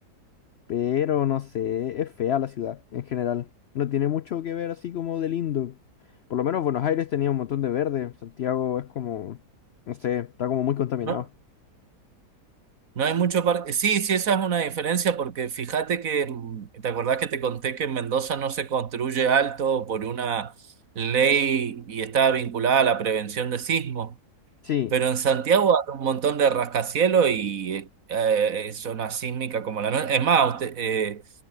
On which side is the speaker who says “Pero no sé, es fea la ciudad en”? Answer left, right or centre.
Left